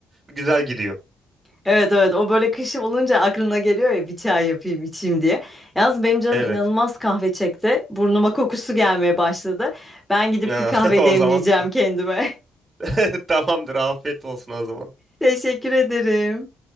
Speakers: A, on the right (about 25°); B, in the centre.
A: güzel gidiyor.
B: Evet evet o böyle kış olunca aklına geliyor ya bir çay yapayım içeyim diye. Yalnız benim canım
A: Evet.
B: inanılmaz kahve çekti. Burnuma kokusu gelmeye başladı. Ben gidip
A: <laughs>
B: bir kahve
A: O
B: demleyeceğim
A: zaman
B: kendime. <laughs>
A: <laughs> tamamdır. Afiyet olsun o zaman.
B: Teşekkür ederim.